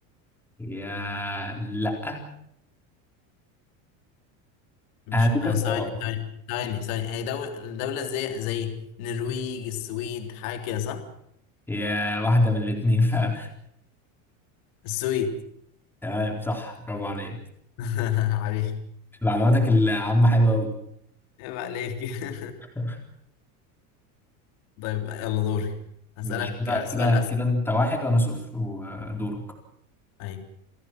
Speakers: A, in the centre; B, on the left.
A: يا لا
B: مش
A: هديك
B: اه
A: اختيارات
B: ثواني ثواني ثواني ثواني هي دولة دولة زي زي النرويج السويد حاجة كده صح
A: يا واحده من الاثنين فعلا
B: السويد
A: <laughs> تمام صح برافو عليك
B: <laughs> عليك
A: معلوماتك العامه حلوه قوي
B: عيب عليك <laughs>
A: <laughs>
B: طيب يلا دوري هسألك
A: ماشي كده
B: سؤال
A: كده
B: أسهل
A: كده انت واحد وانا صفر ودورك
B: أيوة